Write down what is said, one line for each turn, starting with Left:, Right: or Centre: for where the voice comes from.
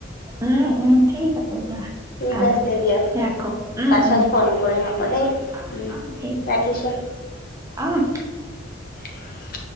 Right: উম উম ঠিক আছে যোৱা
Left: ঠিক
Right: হব
Left: আছে দিয়ক
Right: ৰাখো উম
Left: পাছত
Right: উম
Left: ফোন কৰিম আকৌ দেই
Right: আহ
Left: উম
Right: আহ ঠিক আছে
Left: ৰাখিছোঁ।
Right: আহ
Left: হয়।